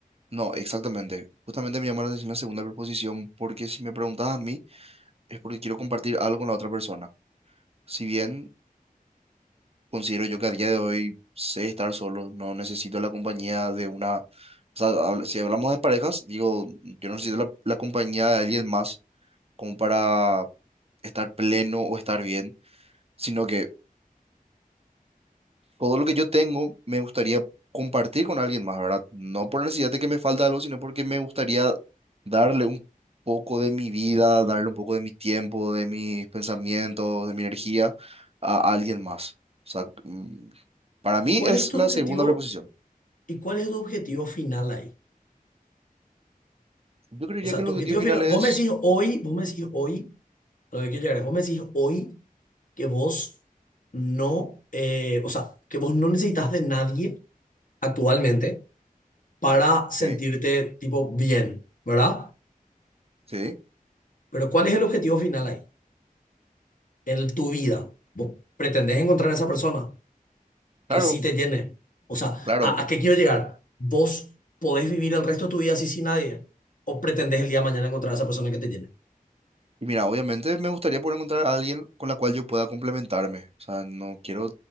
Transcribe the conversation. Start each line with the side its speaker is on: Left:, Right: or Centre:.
Right: No, exactamente. Justamente me llamó la atención la segunda preposición porque si me preguntas a mí es porque quiero compartir algo con la otra persona. Si bien considero yo que a día de hoy sé estar solo, no necesito la compañía de una, o sea, habla- si hablamos de parejas, digo, yo no necesito la, la compañía de alguien más como para estar pleno o estar bien, sino que todo lo que yo tengo me gustaría compartir con alguien más, ¿verdad? No por necesidad de que me falta algo, sino porque me gustaría darle un poco de mi vida, darle un poco de mi tiempo, de mis pensamientos, de mi energía a alguien más. O sea, mm, para mí
Left: ¿Y cuál
Right: es
Left: es tu
Right: la
Left: objetivo?
Right: segunda preposición.
Left: ¿Y cuál es tu objetivo final ahí?
Right: Yo creería
Left: O sea,
Right: que el
Left: tu
Right: objetivo
Left: objetivo
Right: final
Left: final,
Right: es...
Left: vos me decís hoy, vos me decís hoy, a lo que quiero llegar es, vos me decís hoy que vos no, eh, o sea, que vos no necesitas de nadie actualmente para sentirte
Right: Sí,
Left: tipo bien, ¿verdad?
Right: sí,
Left: Pero ¿cuál es el objetivo final ahí? En tu vida. ¿Vos pretendés encontrar a esa persona?
Right: claro,
Left: que sí te llene. O sea,
Right: claro.
Left: ¿a, a qué quiero llegar? ¿Vos podés vivir el resto de tu vida así sin nadie? ¿O pretendés el día de mañana encontrar a esa persona que te llene?
Right: Y mira, obviamente me gustaría poder encontrar a alguien con la cual yo pueda complementarme. O sea, no quiero...